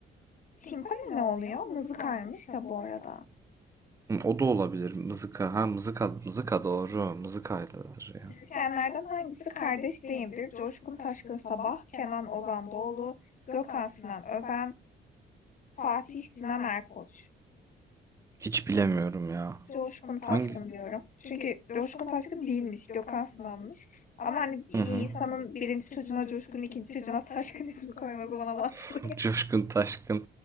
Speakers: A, on the left; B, on the right.
A: Timpani ne oluyor? Mızıkaymış da bu arada.
B: Hmm, o da olabilir. Mızıka. Ha mızıka, mızıka doğru. Mızıkayladır ya.
A: Müzisyenlerden hangisi kardeş değildir? Coşkun Taşkın Sabah, Kenan Ozan Doğulu, Gökhan Sinan Özen, Fatih Sinan Erkoç.
B: Hiç bilemiyorum ya.
A: Coşkun Taşkın
B: Hangi?
A: diyorum. Çünkü Coşkun Taşkın değilmiş, Gökhan Sınan'mış. Ama hani bir
B: Hı hı.
A: insanın birinci çocuğuna Coşkun, ikinci çocuğuna Taşkın ismi koyması bana mantıklı
B: <laughs> Coşkun Taşkın.